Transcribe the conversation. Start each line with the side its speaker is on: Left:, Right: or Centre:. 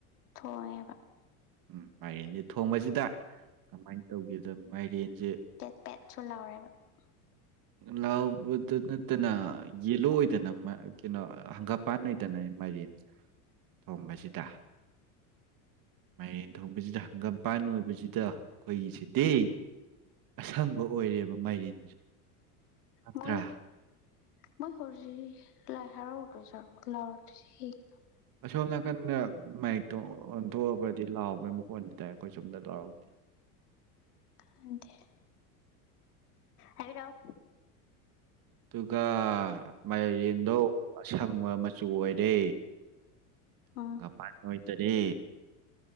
Left: ꯊꯣꯡꯉꯦꯕ
Right: ꯎꯝ ꯃꯥꯔꯦꯟꯖꯦ ꯊꯣꯡꯕꯁꯤꯗ ꯀꯃꯥꯏ ꯇꯧꯒꯦꯗ ꯃꯥꯏꯔꯦꯟꯁꯦ
Left: ꯄꯦꯠ ꯄꯦꯠꯁꯨ <inaudible>
Right: ꯂꯥꯎꯕꯗ ꯅꯠꯇꯅ ꯌꯦꯂꯣ ꯑꯣꯏꯗꯅꯩ ꯃ ꯀꯩꯅꯣ ꯍꯪꯒꯝꯄꯥꯟ ꯑꯣꯏꯗꯅ ꯃꯥꯏꯔꯦꯟꯖꯦ ꯊꯣꯡꯕꯁꯤꯗ ꯃꯥꯏꯔꯦꯟ ꯊꯣꯡꯕꯁꯤꯗ ꯍꯪꯒꯝꯄꯥꯟ ꯑꯣꯏꯕꯁꯤꯗ ꯑꯩꯈꯣꯏꯒꯤꯁꯤꯗꯤ ꯑꯁꯪꯕ ꯑꯣꯏꯔꯦꯕ ꯃꯥꯏꯔꯦꯟꯖꯦ ꯉꯛꯇ꯭ꯔꯥ
Left: ꯃꯣꯏ ꯃꯣꯏ ꯍꯧꯖꯤꯛ ꯂꯥꯏ ꯍꯔꯥꯎꯗ꯭ꯔ ꯖꯥꯠꯂꯣ ꯂꯥꯎꯔꯛꯇ꯭ꯔꯤꯁꯤ ꯀꯩꯒꯤꯅꯣ
Right: ꯑꯁꯣꯝ ꯅꯥꯀꯟꯗ ꯃꯥꯏꯛꯇꯣ ꯑꯣꯟꯊꯣꯛꯑꯒꯗꯤ ꯂꯥꯎꯕꯩ ꯃꯀꯣꯟꯗꯤ ꯇꯥꯏ ꯑꯩꯈꯣꯏ ꯁꯣꯝꯗ ꯂꯥꯎꯔꯛꯇꯦ
Left: ꯇꯥꯗꯦ ꯍꯥꯏꯔꯧ
Right: ꯑꯗꯨꯒ ꯃꯥꯏꯔꯦꯟꯗꯣ ꯑꯁꯪꯕ ꯃꯆꯨ ꯑꯣꯏꯔꯦ
Left: ꯎꯝ
Right: ꯍꯪꯒꯄꯥꯥꯟꯅ ꯑꯣꯏꯗꯔꯦ